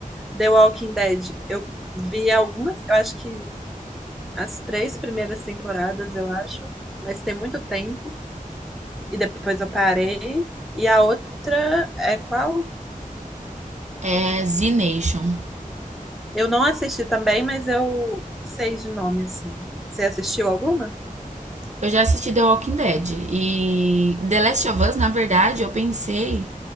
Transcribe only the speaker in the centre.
The Walking Dead, eu vi algumas, eu acho que as três primeiras temporadas, eu acho, mas tem muito tempo. e depois eu parei. E a outra é qual?
Eu não assisti também, mas eu sei de nome, assim. Você assistiu alguma?